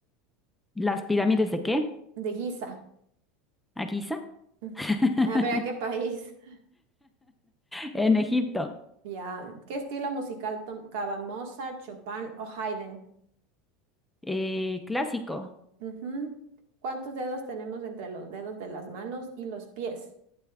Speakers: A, in the centre; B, on the right.
A: ¿Las pirámides de qué?
B: De Giza.
A: ¿A Giza?
B: Mm.
A: <laughs>
B: Ah, pero ¿a qué país? <laughs>
A: En Egipto.
B: Ya, ¿Qué estilo musical tocaba Mozart, Chopin o Haydn?
A: Eh, clásico.
B: Ujú. ¿Cuántos dedos tenemos entre los dedos de las manos y los pies?